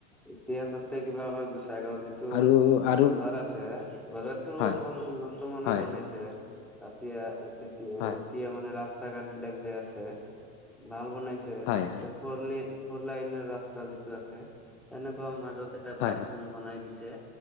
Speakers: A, in the centre; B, on the left.
A: এতিয়া তাতে কিবা হয় গোচাই গাওঁ যি এইটো
B: আৰু আৰু
A: বজাৰ আছে বজাৰতটো
B: হয়
A: বৰ উন্নত মানৰ
B: হয়
A: বনাইছে।
B: হয়
A: ৰাতিয়া <unintelligible>
B: হয়
A: এতিয়া মানে ৰাস্তা ঘাট বিলাক যে আছে, ভাল বনাইছে।
B: হয়-হয়।
A: <unintelligible> ফৰ লাইনৰ ৰাস্তা যিটো আছে, তেনেকুৱা মাজত এটা
B: হয়
A: পাৰিচন
B: হয়
A: বনাই দিছে,